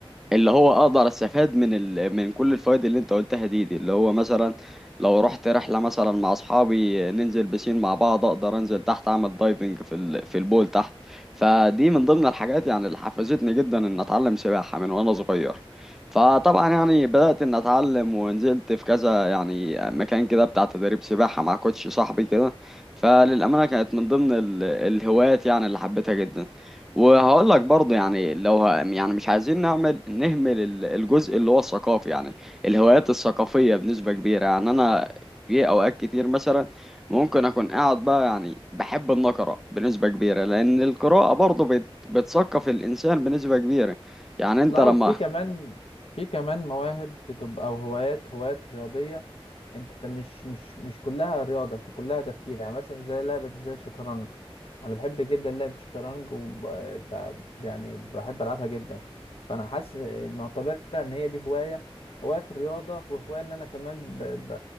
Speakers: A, in the centre; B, on the left.
A: اللي هو اقدر استفاد من ال... من كل الفوائد اللي انت قلتها دي دي اللي هو مثلا لو رحت رحله مثلا مع اصحابي ننزل بسين مع بعض اقدر انزل تحت اعمل دايفنج في ال... في البول تحت فدي من ضمن الحاجات يعني اللي حفزتني جدا ان اتعلم سباحه من وانا صغير فطبعا يعني بدات ان اتعلم ونزلت في كذا يعني مكان كده بتاع تدريب سباحه مع كوتش صاحبي كده فللامانه كانت من ضمن ال... الهوايات يعني اللي حبيتها جدا وهقول لك برضه يعني لو ه... يعني مش عايزين نعمل نهمل ال- الجزء اللي هو الثقافي يعني الهوايات الثقافية بنسبة كبيرة يعني أنا في أوقات كتير مثلا ممكن أكون قاعد بقى يعني بحب النقرة بنسبة كبيرة لأن القراءة برضه بت... بتثقف الإنسان بنسبة كبيرة يعني أنت
B: لا
A: لما
B: وفي يعني مثلا كمان في كمان مواهب بتبقى او هوايات هوايات رياضية انت مش مش مش كلها رياضة انت كلها تفكير يعني مثلا زي لعبة زي الشطرنج انا بحب جدا لعبة الشطرنج وب... ب... يعني بحب العبها جدا فانا حاسس معتبرها ان هي دي هواية هواية في الرياضة وهواية ان انا كمان ب... ب...